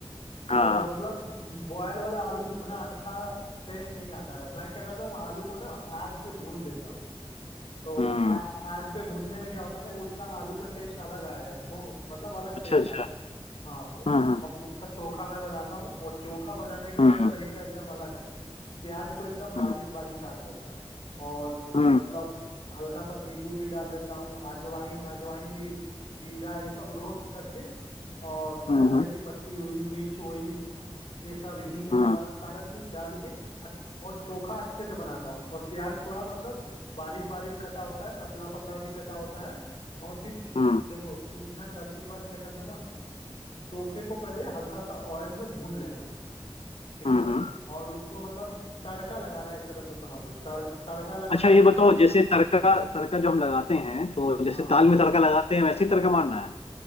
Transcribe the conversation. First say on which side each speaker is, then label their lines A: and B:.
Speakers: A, on the left; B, on the left.
A: हाँ
B: तो मतलब बॉयल वाला आलू उतना अच्छा टेस्ट नहीं आता है मैं क्या करता हूँ आलू को ना आग पे भून देता हूँ तो
A: हम्म
B: आ, आग पे भूनने में क्या होता है ना उसका आलू का टेस्ट अलग आएगा सो मतलब अलग
A: अच्छा
B: टेस्ट
A: अच्छा
B: आता है हाँ तो
A: हम्म
B: अब उसका चोखा मैं बनाता हूँ और चोखा बनाने का मेरा
A: हम्म
B: तरीका एकदम अलग है प्याज को एकदम बारीक
A: हम्म
B: बारीक काट देता हूँ और
A: हम्म
B: मतलब हल्का सा नींबू भी डाल देता हूँ अजवाइन अजवाइन भी जीरा ये सब रोस्ट करके और
A: हम्म
B: धनिया
A: हम्म
B: की पत्ती हुई मिर्च हुई ये सब हींग हुआ
A: हम्म
B: सारा चीज डाल के अच्छ- और चोखा अच्छे से बनाता हूँ और प्याज थोड़ा मतलब बारीक बारीक कटा होता है पतला पतला भी कटा होता है और फिर
A: हम्म हम्म,
B: देखो इतना करने के बाद क्या करना ना चोखे को पहले हल्का सा ऑयल में भून लेना ठीक
A: हम्म।
B: ना
A: हम्म।
B: और उसको मतलब तड़का लगाना है एक तरह से समझ लो तड़, तड़का लगाना
A: अच्छा
B: होता
A: ये बताओ
B: है ना
A: जैसे तड़का तड़का जो हम लगाते हैं तो जैसे
B: हाँ
A: दाल में तड़का लगाते हैं वैसे ही तड़का मारना है